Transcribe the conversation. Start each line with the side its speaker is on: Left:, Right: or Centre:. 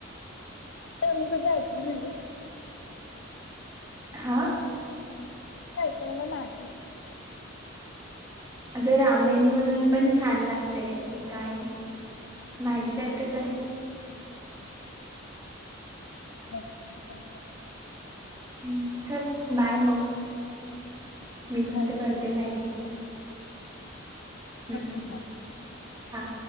Left: पन कधी ऐकलं नाहीओ.
Right: हा
Left: केलं नाय.
Right: अगं रामेन म्हणून पण छान लागतय एका आहे मॅगी सारखंच आहे.
Left: बघते ट्राय करते.
Right: हम् चल बाय मग. मी पण
Left: बाय
Right: आता करते मॅगी हम्
Left: करते बाय
Right: हां